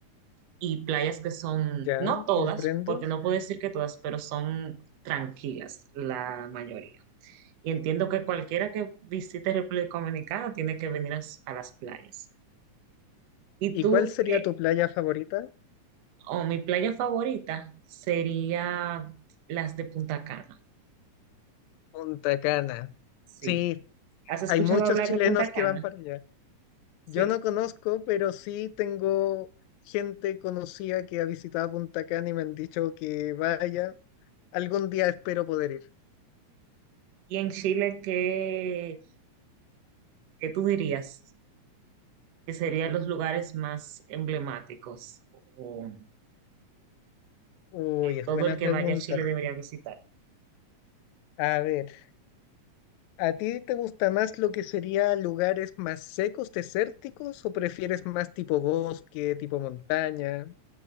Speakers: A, on the right (about 65°); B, on the left (about 80°).
A: y playas que son,
B: Ya,
A: no todas,
B: comprendo.
A: porque no puedo decir que todas, pero son tranquilas la mayoría. Y entiendo que cualquiera que visite República Dominicana tiene que venir a, s- a las playas. ¿Y
B: ¿Y
A: tú
B: cuál sería
A: qué?
B: tu playa favorita?
A: Oh, mi playa favorita sería las de Punta Cana.
B: Punta Cana.
A: Sí.
B: Sí,
A: ¿Has escuchado
B: hay muchos
A: hablar
B: chilenos
A: de Punta Cana?
B: que van para allá.
A: Sí.
B: Yo no conozco, pero sí tengo gente conocida que ha visitado Punta Cana y me han dicho que vaya. Algún día espero poder ir.
A: ¿Y en Chile qué, qué tú dirías que serían los lugares más emblemáticos o
B: Uy,
A: que
B: es
A: todo
B: buena
A: el que
B: pregunta.
A: vaya a Chile debería visitar?
B: A ver, ¿a ti te gusta más lo que sería lugares más secos, desérticos, o prefieres más tipo bosque, tipo montaña?